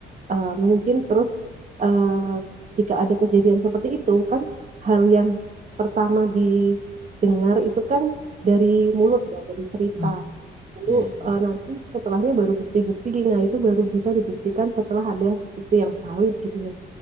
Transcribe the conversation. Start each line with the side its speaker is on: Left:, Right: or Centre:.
Right: eh, mungkin terus eh, jika ada kejadian seperti itu kan hal yang pertama didengar itu kan dari mulut ya, dari cerita.
Left: Hmm.
Right: Lalu
Left: Iya iya iya.
Right: eh, nanti setelahnya baru bukti-bukti. Nah, itu baru bisa dibuktikan setelah ada bukti yang valid gitu loh.